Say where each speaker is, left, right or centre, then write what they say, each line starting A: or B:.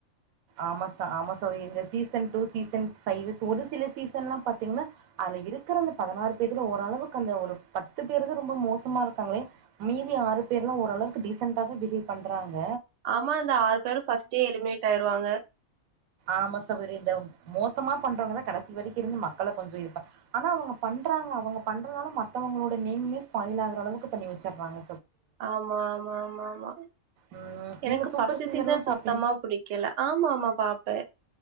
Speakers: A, on the right; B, on the right.
A: ஆமாச ஆமா சகோதரி சீசன் டூ சீசன் ஃபைவு ஒரு சில சீசன்லா பாத்தீங்கனா அதுல இருக்குற அந்த பதினாறு பேர்ல ஓரளவுக்கு அந்த ஒரு பத்து பேரு தா ரொம்ப மோசமா இருக்காங்களே மீதி ஆறு பேர்லா ஓரளவுக்கு டீசென்ட்டாக தா பிஹேவ் பண்ணறாங்க
B: ஆமா அந்த ஆறு பேரும் ஃபர்ஸ்ட் டே எலிமினேட் ஆயிருவாங்க
A: ஆமா சகோதரி இந்த மோசமா பண்றவங்கதா கடசி வரைக்கு இருந்து மக்கள கொஞ்ச இதுப்ப ஆனா அவுங்க பண்றாங்க அவுங்க பண்றனால மத்தவங்களோட நேம்யே ஸ்பாயில் ஆகுற அளவுக்கு பண்ணி வச்சுர்றாங்க
B: ஆமா ஆமா ஆமா ஆமா
A: ம்
B: எனக்கு
A: நீங்க சூப்பர்
B: ஃபஸ்ட்டு
A: சிங்கர்லா
B: சீசன் சுத்தமா
A: பாப்பீங்
B: புடிக்கல ஆமா ஆமா பாப்பே